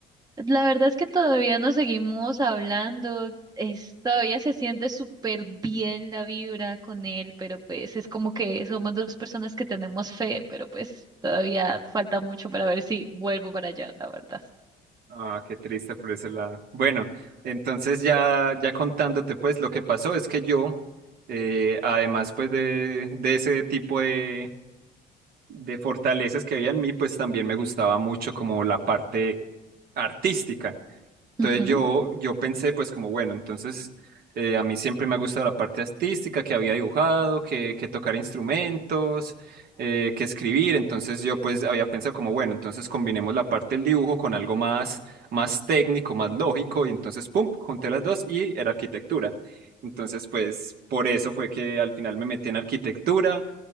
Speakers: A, on the right; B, on the right.
A: La verdad es que todavía nos seguimos hablando, es, todavía se siente súper bien la vibra con él, pero pues es como que somos dos personas que tenemos fe, pero pues todavía falta mucho para ver si vuelvo para allá, la verdad.
B: Ah, qué triste por ese lado. Bueno, entonces ya, ya contándote, pues lo que pasó es que yo, eh, además pues de, de ese tipo de, de fortalezas que había en mí, pues también me gustaba mucho como la parte artística. Entonces
A: Ujú,
B: yo, yo pensé pues como, bueno, entonces eh, a mí siempre me ha gustado la parte artística, que había dibujado, que, que tocar instrumentos, eh, que escribir, entonces yo pues había pensado como, bueno, entonces combinemos la parte del dibujo con algo más, más técnico, más lógico, y entonces, ¡pum!, junté las dos y era arquitectura. Entonces pues por eso fue que al final me metí en arquitectura.